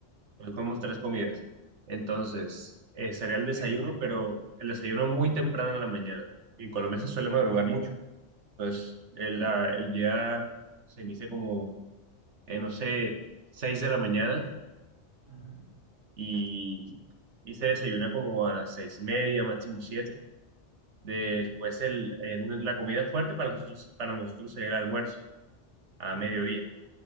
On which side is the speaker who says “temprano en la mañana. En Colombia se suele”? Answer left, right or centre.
Right